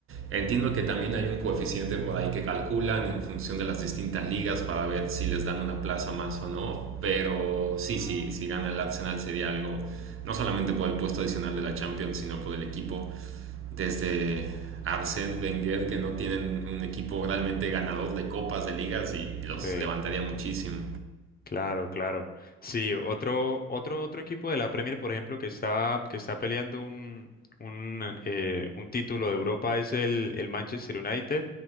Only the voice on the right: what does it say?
Entiendo que también hay un coeficiente por ahí que calculan en función de las distintas ligas para ver si les dan una plaza más o no, pero sí, sí, si gana el Arsenal sería algo, no solamente por el puesto adicional de la Champions, sino por el equipo. Desde Arsène Wenger, que no tienen un equipo realmente ganador de copas, de ligas, y los
levantaría muchísimo.